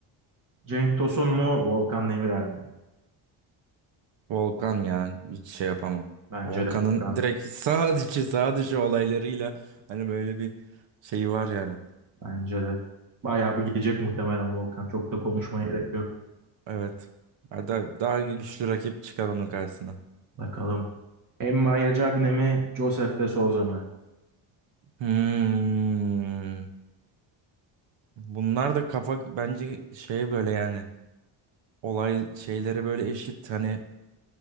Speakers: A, on the right; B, on the right.
A: Cenk Tosun mu Volkan Demirel mi?
B: Volkan ya hiç şey yapamam.
A: Bence
B: Volkan'ın
A: de Volkan.
B: direkt <laughs> sağ dışı sağ dışı olaylarıyla hani böyle bir şeyi var yani.
A: Bence de. Bayağı bir gidecek muhtemelen Volkan. Çok da konuşmaya gerek yok.
B: Evet. Daha, daha güçlü rakip çıkar onun karşısına.
A: Bakalım. Emma'ya Cagne mi? Joseph de Souza mı?
B: Hmm. Bunlar da kafa bence şey böyle yani olay şeyleri böyle eşit hani